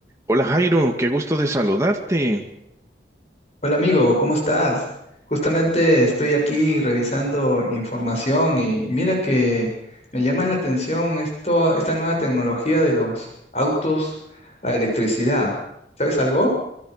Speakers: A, on the right; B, on the left.
A: Hola Jairo, qué gusto de saludarte.
B: Hola amigo, ¿cómo estás? Justamente estoy aquí revisando información y mira que me llama la atención esto, esta nueva tecnología de los autos a electricidad. ¿Sabes algo?